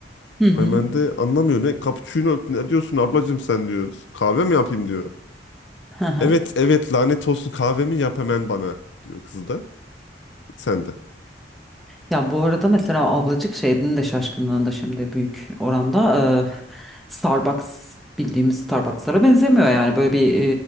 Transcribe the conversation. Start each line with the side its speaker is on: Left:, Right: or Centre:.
Centre: hı.
Left: Barmen de anlamıyor ne cappuccino ne diyorsun ablacığım sen diyor. Kahve mi yapayım diyor.
Centre: Hı hı.
Left: Evet evet lanet olsun kahvemi yap hemen bana diyor kız da. Sen de.
Centre: Ya bu arada mesela ablacık şeyinin de şaşkınlığında şimdi büyük oranda e, Starbucks bildiğimiz Starbucks'lara benzemiyor yani böyle bir